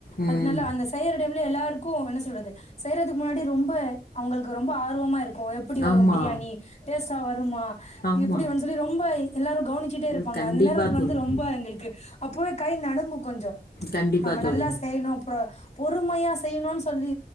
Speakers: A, on the left; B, on the left.
A: ம்.
B: அதனால அந்த செய்ற டைம்ல எல்லாருக்கு என்ன சொல்றது செய்யிறதுக்கு முன்னாடி ரொம்போ அவங்களுக்கு ரொம்போ ஆர்வமா இருக்கு எப்பிடி வரும்
A: ஆமா.
B: பிரியாணி டேஸ்ட்டா வரும்மா
A: ஆமா.
B: மா எப்பிடி வருன் சொல்லி ரொம்போ எல்லாரு கவனிச்சுட்டே
A: ம்.
B: இருப்பாங்க
A: கண்டிப்பா
B: அந்த நேரத்துல
A: தோழி.
B: வந்து ரொம்ப எங்களுக்கு அப்பவே கை நடுங்கு கொஞ்சு
A: கண்டிப்பா
B: ம்ச் ஆமா
A: தோழி.
B: நல்லா செய்யிணு அப்புறோ பொறுமையா செய்யிணுன்னு சொல்லி